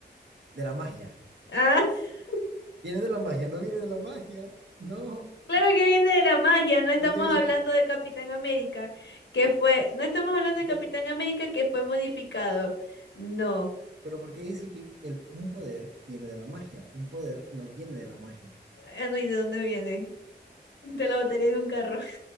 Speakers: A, on the right; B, on the left.
A: de la magia.
B: Ah, <laughs>
A: Viene de la magia, no viene de la magia, no.
B: claro que viene de la magia, no estamos
A: Porque dice
B: hablando de Capitán América, que fue, no estamos hablando
A: Porque-
B: de Capitán América que fue modificado. No.
A: pero porque dice que el, un poder viene de la magia? Un poder no viene de la magia.
B: Ah, no, ¿y de dónde viene? <laughs> De la batería de un carro.